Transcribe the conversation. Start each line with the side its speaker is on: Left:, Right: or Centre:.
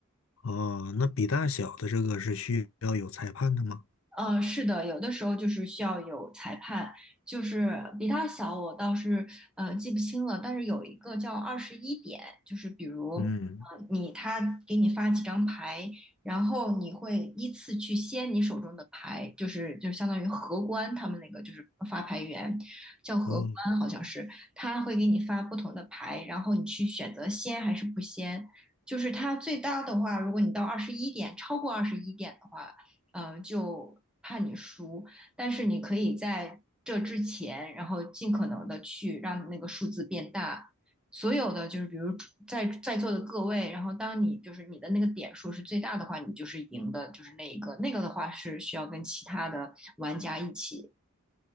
Left: 哦，那比大小的这个是需要有裁判的吗？
Centre: 呃，是的，有的时候就是需要有裁判，就是比他小，我倒是呃记不清了，但是有一个叫二十一点，就是比如呃你他给你发几张牌，
Left: 嗯，
Centre: 然后你会依次去掀你手中的牌，就是就相当于荷官他们那个就是发牌员叫荷官好像是，
Left: 哦。
Centre: 他会给你发不同的牌，然后你去选择掀还是不掀。就是它最大的话，如果你到二十一点，超过二十一点的话。呃，就怕你输。但是你可以在这之前，然后尽可能的去让那个数字变大。所有的就是，比如在在座的各位，然后当你就是你的那个点数是最大的话，你就是赢的，就是那一个。那个的话是需要跟其他的玩家一起